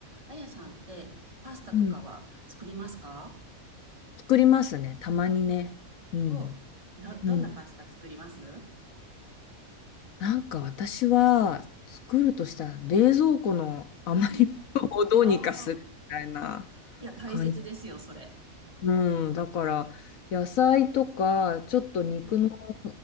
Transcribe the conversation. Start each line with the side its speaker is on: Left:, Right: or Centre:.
Right: あやさんってパスタとかは作りますか
Left: うん、作りますね。たまにね。うん。
Right: お、な、どんなパスタ作ります
Left: うん。なんか私は作るとしたら冷蔵庫の余り物をどうにかするみたいな
Right: うん、ああ、いや、大切ですよ、
Left: 感じ。
Right: それ。
Left: うん。だから野菜とか、ちょっと肉の
Right: うん、うん、